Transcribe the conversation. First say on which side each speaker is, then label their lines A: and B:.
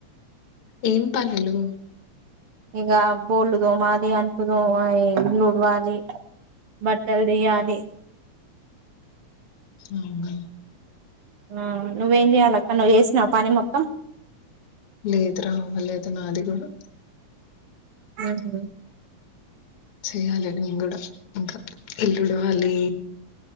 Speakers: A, on the left; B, on the right.
A: ఏం పనులు
B: ఇక బోర్లు దోమాలి అంటట్ దోమ డవాలి బట్టలు తీయాలి
A: అవునా
B: ఆ నువ్వేం చేయాలి అక్క నువ్వు చేసినవు పని మొత్తం
A: లేదుర అవ్వాలేదు నాది కూడా
B: మ్ హు
A: చెయాలి నేను కూడా ఇంకా ఇల్లుడవాలి